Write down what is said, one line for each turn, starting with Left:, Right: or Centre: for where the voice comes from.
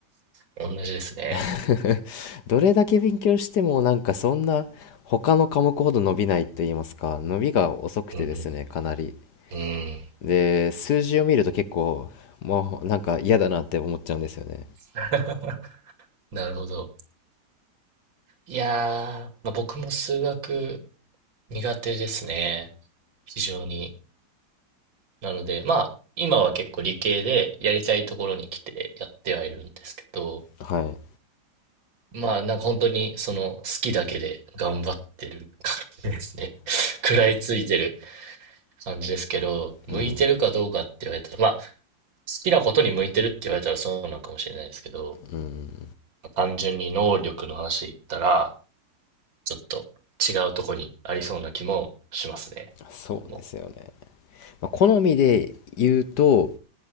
Right: 同じですね。
Left: <laughs> どれだけ勉強してもなんかそんな他の科目ほど伸びないと言いますか伸びが遅くてですねかなり
Right: うんうん。うん。
Left: で数字を見ると結構もうなんか嫌だなって思っちゃうんですよね
Right: <laughs> なるほど。いやー、まあ、僕も数学苦手ですね。非常に。なので、まあ、今は結構理系でやりたいところに来てやってはいるんですけど、
Left: はい
Right: まあ、なんか本当にその好きだけで頑張ってる感じですね。<laughs> 食らいついてる感じですけど、向いてるかどうかって言われたら、
Left: うん
Right: まあ、好きなことに向いてるって言われたらそうなのかもしれないですけど、
Left: うん
Right: 単純に能力の話で言ったら、ちょっと違うとこにありそうな気もしますね。
Left: そうですよね、
Right: 僕も
Left: まあ、好みで言うと